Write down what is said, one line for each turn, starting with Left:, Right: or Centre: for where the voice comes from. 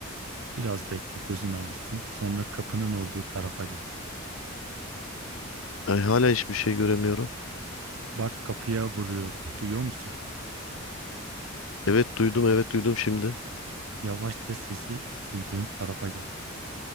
Right: Biraz bekle gözün alışsın. Sonra kapının olduğu tarafa gel.
Left: Ay, hala hiçbir şey göremiyorum.
Right: Bak kapıya vuruyorum. Duyuyor musun?
Left: Evet duydum evet duydum şimdi.
Right: Yavaşça sesi duyduğun tarafa gel.